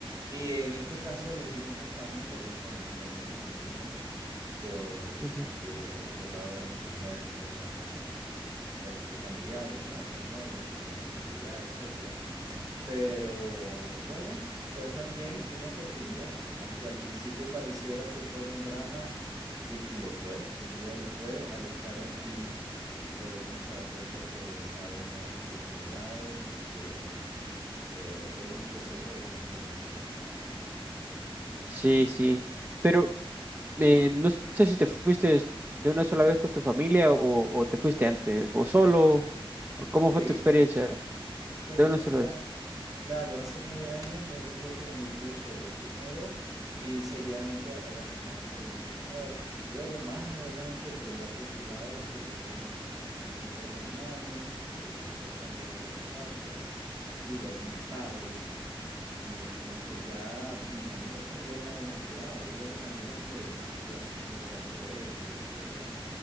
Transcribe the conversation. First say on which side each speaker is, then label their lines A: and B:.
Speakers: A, on the right; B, on the right.
A: Y en este caso elegimos España por las conexiones que teníamos, por,
B: Ujú.
A: porque por lado de mi mujer teníamos este, familiares, ¿no? Españoles, por la nacionalidad, etcétera pero bueno, fue también una oportunidad, aunque al principio pareciera que fuera un drama, y, y lo fue, sin duda lo fue, al estar aquí eh, uno se da cuenta que se abren nuevas oportunidades y que eh, es un proceso de transformación.
B: Sí, sí, pero eh, no sé si te fuiste de una sola vez con tu familia o, o te fuiste antes, o solo, o ¿cómo
A: Sí,
B: fue tu experiencia
A: Bueno,
B: de una
A: hace
B: sola
A: ya,
B: vez?
A: claro, hace nueve años me tuve que venir yo solo primero y seguidamente a, a la semana se vino mi mujer. Luego, más adelante, pero ya por su lado, se vinieron mis otros hermanos, que los están viviendo en otra parte, y luego mis padres. Y como que ya mis amigos también han emigrado. Digo mis amigos que los que estudiaron conmigo en el colegio, etcétera.